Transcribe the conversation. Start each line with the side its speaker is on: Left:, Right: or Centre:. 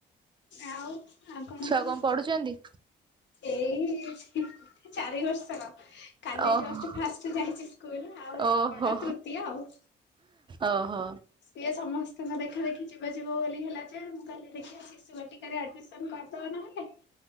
Left: ଆଉ। ଆଉ
Right: ଛୁଆ
Left: କୁହ?
Right: କଣ ପଢୁଛନ୍ତି?
Left: ଏଇ ଚାରି ବର୍ଷର। କାଲି
Right: ଓହୋ
Left: ଜଷ୍ଟ ଫାଷ୍ଟ ଯାଇଛି ସ୍କୁଲ ଆଉ
Right: ଓହୋ
Left: ପଢା ତୃତୀୟ ଆଉ।
Right: ଓହୋ।
Left: ସିଏ ସମସ୍ତଙ୍କ ଦେଖା ଦେଖି ଯିବା ଯିବ ବୋଲି ହେଲା ଯେ ମୁଁ କହିଲେ ଦେଖିଆ ସେ ଶିଶୁ ବାଟିକାରେ ଆଡମିସନ କରିଦଉନହେଲେ